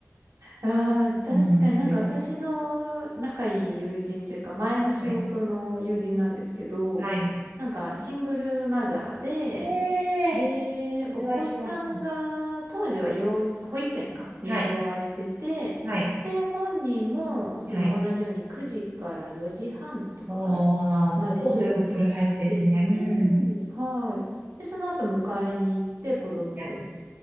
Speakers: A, on the right (about 85°); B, on the right (about 45°).
A: うん、ああ、確かになんか私の仲いい友人というか、
B: そうなんですよ。
A: 前の仕事の友人なんですけど、
B: はい。はい。
A: なんかシングルマザーで、
B: ええそれは忙しそう。
A: で、お子さんが当時は幼稚、保育園か、に通われてて、
B: はい。はい。
A: で、本人もその同じように9時から4時半とかかな、
B: はい。おー、もうほぼフル、
A: まで仕事してて、
B: フルタイムですね。うん。
A: はい。で、その後迎えに行って子供を。
B: いや